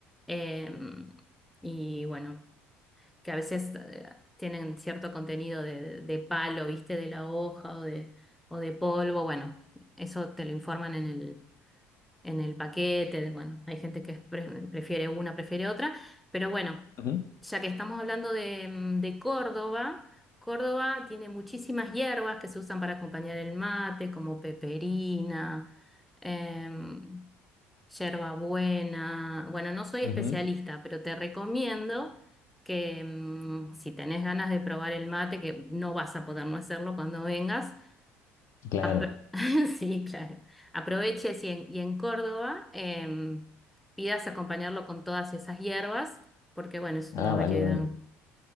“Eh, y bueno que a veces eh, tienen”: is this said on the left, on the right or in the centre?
Centre